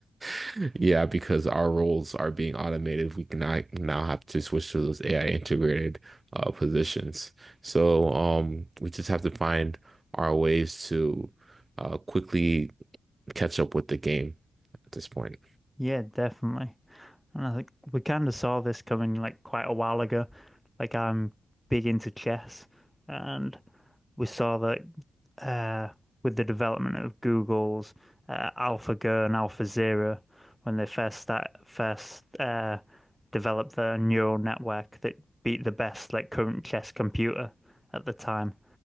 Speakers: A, on the right; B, in the centre.
A: <laughs> yeah, because our roles are being automated, we cannot now have to switch to those AI integrated uh, positions. So um, we just have to find our ways to uh, quickly catch up with the game at this point.
B: Yeah, definitely. And I think we kind of saw this coming like quite a while ago. Like I'm big into chess and we saw that uh, with the development of Google's uh, AlphaGo and AlphaZero, when they first start, first uh, developed their neural network that beat the best like current chess computer at the time,